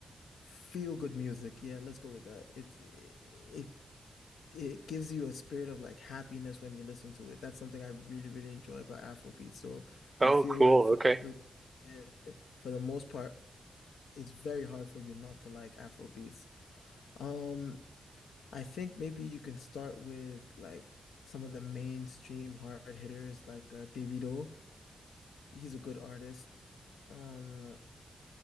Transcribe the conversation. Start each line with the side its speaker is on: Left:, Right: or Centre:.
Left: feel good music. Yeah, let's go with that. It it, it gives you a spirit of like happiness when you listen to it. That's something I really, really enjoy about Afrobeat. So
Right: Oh,
Left: I feel
Right: cool.
Left: like for
Right: Okay.
Left: the eh, for the most part, it's very hard for you not to like Afrobeats. Um, I think maybe you can start with like some of the mainstream hard hitters like uh, Davido. He's a good artist. Um,